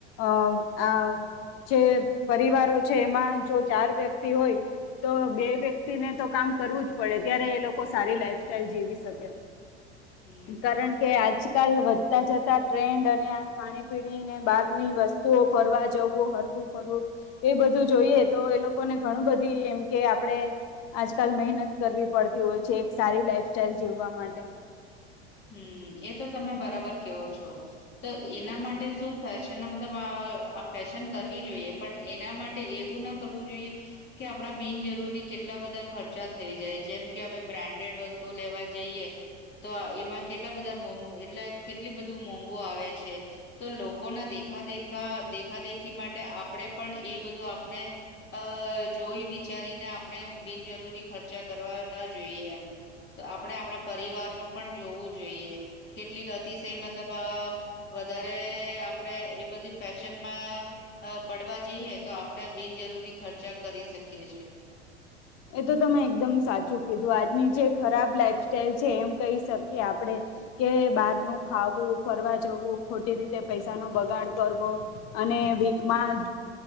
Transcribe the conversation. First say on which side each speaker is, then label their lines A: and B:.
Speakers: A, on the left (about 45°); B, on the left (about 30°).
A: અ આ જે પરિવારો છે. એમાં જો ચાર વ્યક્તિ હોય તો બે વ્યક્તિને તો કામ કરવું જ પડે ત્યારે એ લોકો સારી લાઈફ સ્ટાઇલ જીવી શકે.
B: હમ
A: કારણ કે આજકાલ જતા જતા ટ્રેન્ડ અને આ ખાણી-પીણીને બહારની વસ્તુઓ ફરવા જવું હરવું-ફરવું એ બધું જોઈએ. તો એ લોકોને ઘણું બધી એમ કે આપડે આજકાલ મહેનત કરવી પડતી હોય છે. એક સારી લાઈફ સ્ટાઈલ જીવવા માટે.
B: હમ, એ તો તમે બરાબર કયો છો. તો એના માટે શું ફેશન મતલબ અ આ ફેશન કરવી જોઈએ. પણ એના માટે એવું ન કરવું જોઈએ કે આપડા બિનજરૂરી કેટલા બધા ખર્ચા થઈ જાય જેમ કે હવે બ્રાન્ડેડ વસ્તુ લેવા જઈએ તો એમાં કેટલા બધા મોંઘ એટલે કેટલી બધું મોંઘુ આવે છે. તો લોકોના દેખા-દેખા દેખા-દેખી માટે આપડે પણ એ બધું આપણે અ જોઈ વિચારીને આપણે બિનજરૂરી ખર્ચા કરવા ન જોઈએ એમ તો આપણે આપણા પરિવારનું પણ જોવું જોઈએ. કેટલીક અતિશય મતલબ અ વધારે આપડે એ બધી ફેશન માં પડવા જઈએ તો આપડે બિનજરૂરી ખર્ચા કરી શકીએ છીએ. <inaudible>
A: એ તો તમે એકદમ સાચું કીધું. આજની જે ખરાબ લાઈફ સ્ટાઈલ છે એમ કહી શકીએ આપડે કે બારનું ખાવું, ફરવા જવું ખોટી રીતે પૈસાનો બગાડ કરવો અને વીકમાં